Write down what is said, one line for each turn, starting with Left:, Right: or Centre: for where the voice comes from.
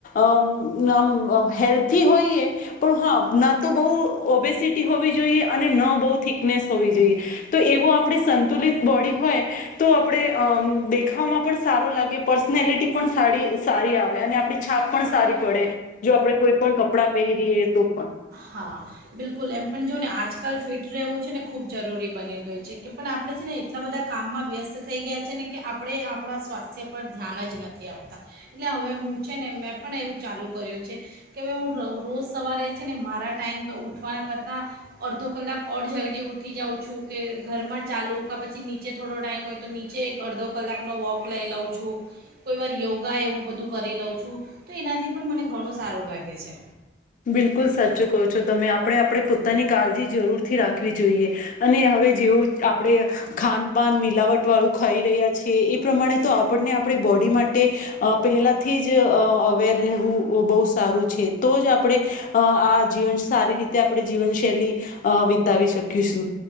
Left: અં આમ આમ હેલ્થી હોઈએ, પણ હા ના તો બહુ ઓબેસિટી હોવી જોઈએ, અને ન બહુ થી નનેસ હોવી જોઈએ. તો એવો આપણે સંતુલિત બોડી હોય, તો આપણે અ દેખાવામાં પણ સારો લાગે પર્સનેલિટી પણ સાડી સારી આવે અને આપણી છાપ પણ સારી પડે, જો આપણે કોઈ પણ કપડાં પહેરીએ તો પણ.
Right: હા, બિલકુલ. એમ પણ જો ને આજકાલ ફિટ રહેવું છે ને ખૂબ જરૂરી બની ગયું છે. કે પણ આપણે છે ને એટલા બધા કામમાં વ્યસ્ત થઈ ગયા છે ને કે આપણે આપણા સ્વાસ્થ્ય પર ધ્યાન જ નથી આપતા. એટલે હવે હું છે ને મેં પણ એવું ચાલુ કર્યું છે કે હ હું રોજ સવારે છે ને મારા સારા ટાઈમ ઉઠવાના કરતાં અડધો કલાક ઓર જલ્દી ઊઠી જાઉં છું, કે ઘરમાં ચાલું ક પછી નીચે થોડો ટાઈમ હોય તો નીચે એક અડધો કલાકનો વોક લઈ લઉં છું. કોઈ વાર યોગા એવું બધું કરી લઉં છું. તો એનાથી પણ મને ઘણું સારું લાગે છે.
Left: બિલકુલ સાચું કહો છો તમે. આપણે આપણી પોતાની કાળજી જરૂરથી રાખવી જોઈએ. અને હવે જેવું આપણે ખાનપાન મિલાવટવાળું ખાઈ રહ્યા છીએ, એ પ્રમાણે તો આપણને આપણી બોડી માટે પહેલાથી જ અવેર રહેવું બહુ સારું છે તો જ આપ આપણે આ જીવન સારી રીતે આપણે જીવનશૈલી અ વિતાવી શકીશું.